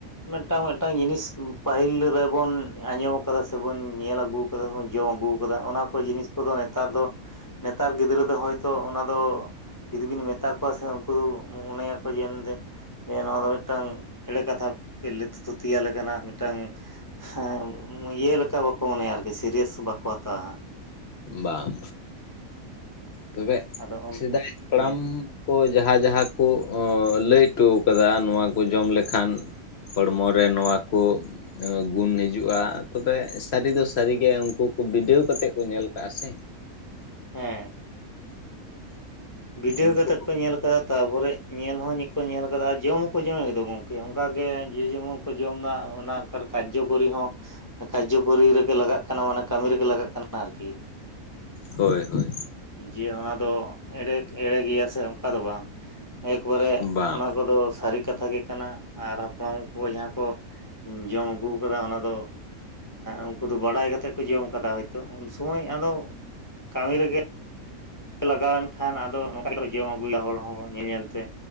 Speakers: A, on the left; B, on the left.
A: ᱢᱤᱫᱴᱟᱝ ᱢᱤᱫᱴᱟᱝ ᱡᱤᱱᱤᱥ ᱯᱟᱹᱦᱤᱞ ᱨᱮᱵᱩᱱ ᱟᱸᱡᱚᱢ ᱟᱠᱟᱫᱟ ᱥᱮᱵᱚᱱ ᱧᱮᱞ ᱟᱹᱜᱩ ᱛᱚᱵᱮ ᱵᱚᱱ ᱡᱚᱢ ᱟᱹᱜᱩ ᱠᱟᱫᱟ ᱚᱱᱟ ᱠᱚ ᱡᱤᱱᱤᱥ ᱠᱚᱫᱚ ᱱᱮᱛᱟᱨ ᱫᱚ᱾ ᱱᱮᱛᱟᱨ ᱜᱤᱫᱽᱨᱟᱹ ᱫᱚ ᱦᱚᱭᱛᱚ ᱚᱱᱟᱫᱚ ᱡᱩᱫᱤ ᱵᱤᱱ ᱢᱮᱛᱟ ᱠᱚᱣᱟ ᱥᱮ ᱩᱱᱠᱩ ᱫᱚ ᱢᱚᱱᱮᱭᱟᱠᱚ ᱡᱮ ᱱᱚᱸᱰᱮ ᱡᱮ ᱱᱚᱣᱟ ᱫᱚ ᱢᱤᱫᱴᱟᱝ ᱮᱲᱮ ᱠᱟᱛᱷᱟ ᱯᱮ ᱛᱷᱩᱛᱤ ᱭᱟᱞᱮ ᱠᱟᱱᱟ ᱢᱤᱫᱴᱟᱝ ᱦᱮᱸ ᱤᱭᱟᱹ ᱞᱮᱠᱟ ᱵᱟᱠᱚ ᱢᱚᱱᱮᱭᱟ ᱟᱨᱠᱤ ᱥᱤᱨᱭᱟᱥ ᱵᱟᱠᱚ ᱦᱟᱛᱟᱣᱟ᱾
B: ᱵᱟᱝ ᱛᱚᱵᱮ
A: ᱟᱫᱚ
B: ᱥᱮᱫᱟᱭ ᱦᱟᱯᱲᱟᱢ᱾
A: ᱦᱮᱸ
B: ᱠᱚ ᱡᱟᱦᱟᱸ ᱡᱟᱦᱟᱸ ᱠᱚ ᱚᱸ ᱞᱟᱹᱭ ᱦᱚᱴᱚ ᱠᱟᱫᱟ ᱱᱚᱣᱟ ᱠᱚ ᱡᱚᱢ ᱞᱮᱠᱷᱟᱱ᱾ ᱦᱚᱲᱢᱚᱨᱮ ᱱᱚᱣᱟᱠᱚ ᱜᱩᱱ ᱦᱤᱡᱩᱜ-ᱟ ᱛᱚᱵᱮ ᱥᱟᱹᱨᱤ ᱫᱚ ᱥᱟᱹᱨᱤ ᱜᱮ ᱩᱱᱠᱩ ᱠᱚ ᱵᱤᱰᱟᱹᱣ ᱠᱟᱛᱮᱜ ᱠᱚ ᱧᱮᱞ᱾ ᱠᱟᱜ-ᱟ ᱥᱮ᱾
A: ᱦᱮᱸ ᱵᱤᱰᱟᱹᱭ
B: ᱩᱱᱠᱩ
A: ᱠᱟᱛᱮ ᱠᱚ ᱧᱮᱞ ᱠᱟᱫᱟ ᱛᱟᱯᱚᱨᱮ ᱧᱮᱞ ᱦᱚᱸ ᱧᱮᱞ ᱠᱚ ᱧᱮᱞ ᱠᱟᱫᱟ ᱡᱚᱢ ᱠᱚ ᱡᱚᱢ ᱠᱮᱫᱟ ᱜᱚᱢᱠᱮ ᱚᱱᱠᱟ ᱜᱮ ᱡᱮ ᱡᱮᱢᱚᱱ ᱠᱚ ᱡᱚᱢ ᱫᱟ ᱚᱱᱟ ᱚᱱᱠᱟᱱ ᱠᱟᱨᱡᱚᱠᱚᱨᱤ ᱦᱚᱸ ᱠᱟᱨᱡᱚᱚᱠᱚᱨᱤ ᱨᱮᱜᱮ ᱞᱟᱜᱟᱜ ᱠᱟᱱᱟ ᱢᱟᱱᱮ ᱠᱟᱹᱢᱤ ᱨᱮᱜᱮ ᱞᱟᱜᱟᱜ ᱠᱟᱱᱟ ᱟᱨᱠᱤ᱾
B: ᱦᱳᱭ ᱦᱳᱭ᱾
A: ᱡᱮ ᱚᱱᱟ ᱫᱚ ᱮᱲᱮᱴ ᱮᱲᱮ ᱜᱮᱭᱟ ᱥᱮ ᱚᱱᱠᱟ ᱫᱚ ᱵᱟᱝ? ᱮᱠᱵᱟᱨᱮ
B: ᱵᱟᱝ
A: ᱚᱱᱟ ᱠᱚᱫᱚ ᱥᱟᱹᱨᱤ ᱠᱟᱛᱷᱟ ᱜᱮ᱾ ᱠᱟᱱᱟ ᱟᱨ ᱦᱟᱯᱲᱟᱢ ᱠᱚ ᱡᱟᱦᱟᱸ ᱠᱚ ᱡᱚᱢ ᱟᱹᱜᱩ ᱚᱱᱟ ᱫᱚ ᱩᱱᱠᱩ ᱫᱚ ᱵᱟᱰᱟᱭ ᱠᱟᱛᱮ ᱠᱚ ᱡᱚᱢ ᱠᱟᱫᱟ ᱦᱚᱭᱛᱚ ᱩᱱ ᱥᱚᱢᱚᱭ ᱟᱫᱚ ᱠᱟᱹᱢᱤ ᱨᱮᱜᱮ᱾ ᱞᱟᱜᱟᱣᱮᱱ ᱠᱷᱟᱱ ᱟᱫᱚ ᱚᱱᱠᱟ ᱜᱮ ᱡᱚᱢ ᱟᱹᱜᱩᱭᱟ ᱦᱚᱲ ᱦᱚᱸ ᱧᱮᱞ ᱧᱮᱞ ᱛᱮ,